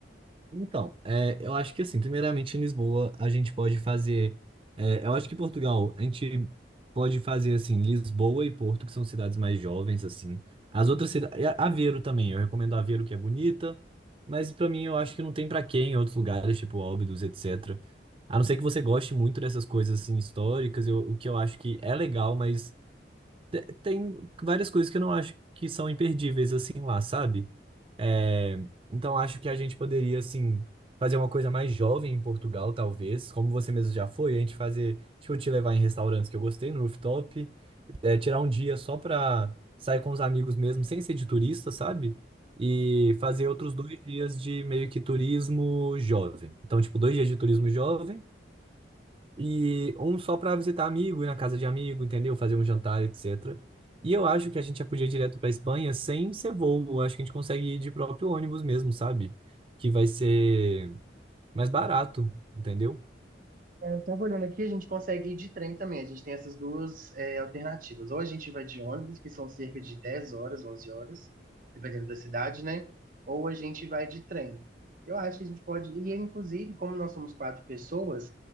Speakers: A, on the right (about 30°); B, on the right (about 45°).
A: Então, é, eu acho que assim, primeiramente em Lisboa a gente pode fazer. é, eu acho que em Portugal a gente pode fazer assim, Lisboa e Porto, que são cidades mais jovens, assim. As outras cidades. Aveiro também, eu recomendo Aveiro, que é bonita, mas pra mim eu acho que não tem pra quem em outros lugares, tipo Óbidos, etc. A não ser que você goste muito dessas coisas assim históricas, eu- o que eu acho que é legal, mas te- tem várias coisas que eu não acho que são imperdíveis assim lá, sabe? É, então acho que a gente poderia assim fazer uma coisa mais jovem em Portugal, talvez, como você mesmo já foi, a gente fazer, tipo, te levar em restaurantes que eu gostei no rooftop, é, tirar um dia só pra sair com os amigos mesmo, sem ser de turista, sabe? E fazer outros dois dias de meio que turismo jovem. Então, tipo, dois dias de turismo jovem e um só para visitar amigo, ir na casa de amigo, entendeu? Fazer um jantar, etc. E eu acho
B: Sim.
A: que a gente já podia ir direto para Espanha sem ser voo. Eu Acho que a gente consegue ir de próprio ônibus mesmo, sabe? Que vai ser mais barato, entendeu?
B: É, Eu estava olhando aqui, a gente consegue ir de trem também. A gente tem essas duas é, alternativas. Ou a gente vai de ônibus, que são cerca de 10 horas, 11 horas, dependendo da cidade, né? Ou a gente vai de trem. Eu acho que a gente pode ir, inclusive, como nós somos quatro pessoas,